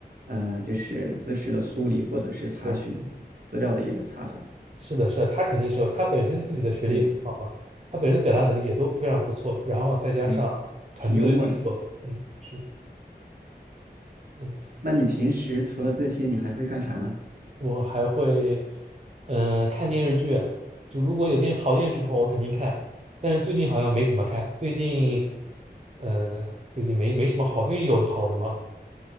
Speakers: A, on the right; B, on the right.
A: 呃，就是知识的梳理或者是查询资料的一个查找。
B: 对，是的，是的，他肯定是有，他本身自己的学历也很好嘛，
A: 对，
B: 他本身表达能力也都非常不错，然后再加上团队的运作，
A: 对，挺幽默的。
B: 嗯，是的。嗯。
A: 那你平时除了这些，你还会干啥呢？
B: 我还会，嗯、呃看电视剧。就如果有电好电视剧的话，我肯定看。但是最近好像没怎么看。最近，嗯、最近没没什么好。最近有好的吗？